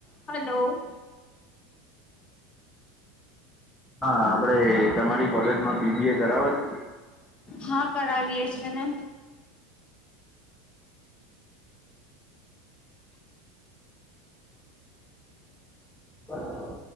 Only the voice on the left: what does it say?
હાલો.
હા, કરાવીએ છેને.